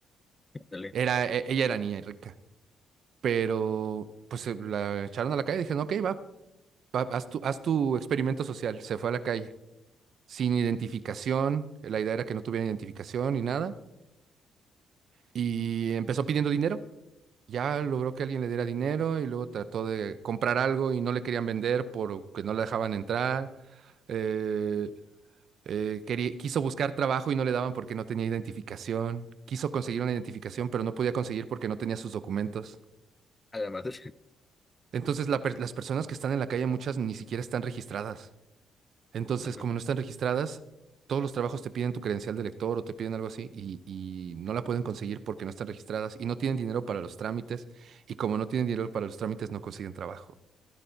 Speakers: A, on the left (about 20°); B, on the right (about 65°).
A: ándale,
B: Era, e- ella era niña y rica, pero pues eh, la echaron a la calle. Dijeron, ok, va, va, haz tu, haz tu experimento social. Se fue a la calle sin identificación. La idea era que no tuviera identificación ni nada. Y empezó pidiendo dinero. Ya logró que alguien le diera dinero y luego trató de comprar algo y no le querían vender porque no la dejaban entrar. Eh, eh, quería- quiso buscar trabajo y no le daban porque no tenía identificación. Quiso conseguir una identificación, pero no podía conseguir porque no tenía sus documentos.
A: a la madre.
B: Entonces, la per- las personas que están en la calle, muchas ni siquiera están registradas. Entonces,
A: <laughs>
B: como no están registradas, todos los trabajos te piden tu credencial de lector o te piden algo así y, y no la pueden conseguir porque no están registradas y no tienen dinero para los trámites. Y como no tienen dinero para los trámites, no consiguen trabajo.